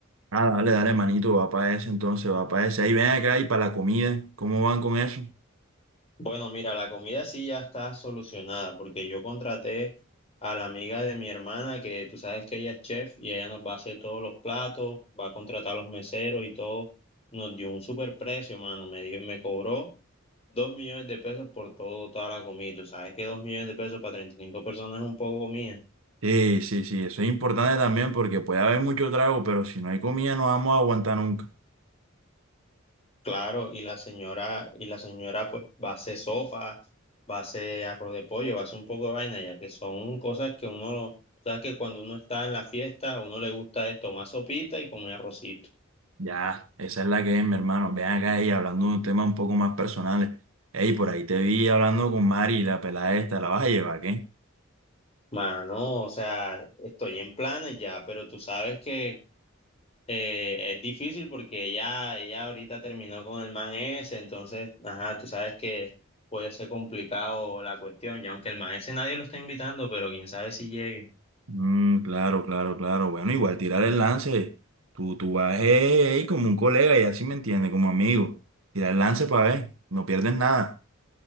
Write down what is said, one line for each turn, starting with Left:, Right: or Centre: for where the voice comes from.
Right: Ah, dale, dale, manito, va para ese entonces, va para ese. Ahí ven acá y para la comida, ¿cómo van con eso?
Left: Bueno, mira, la comida sí ya está solucionada porque yo contraté a la amiga de mi hermana que tú sabes que ella es chef y ella nos va a hacer todos los platos, va a contratar a los meseros y todo. Nos dio un super precio, mano. Me dio, me cobró dos millones de pesos por todo, toda la comida. y Tú sabes que dos millones de pesos para 35 personas es un poco comida.
Right: Sí, sí, sí, eso es importante también porque puede haber mucho trago, pero si no hay comida no vamos a aguantar nunca.
Left: Claro, y la señora, y la señora pues va a hacer sopa, va a hacer arroz de pollo, va a hacer un poco de vaina, ya que son cosas que uno, sabes que cuando uno está en la fiesta, a uno le gusta es tomar sopita y comer arrocito.
Right: Ya, esa es la que es, mi hermano. Ven acá y hablando de un tema un poco más personales. Ey, por ahí te vi hablando con Mari, la pelada esta, ¿la vas a llevar, qué?
Left: Mano, o sea, estoy en planes ya, pero tú sabes que eh, es difícil porque ella, ella ahorita terminó con el man ese, entonces, ajá, tú sabes que puede ser complicado la cuestión, ya aunque el man ese nadie lo está invitando, pero quién sabe si llegue.
Right: Mm, claro, claro, claro. Bueno, igual tirar el lance. Tú, tú vas eh, ahí como un colega y así me entiende, como amigo. Tirar el lance para ver, no pierdes nada.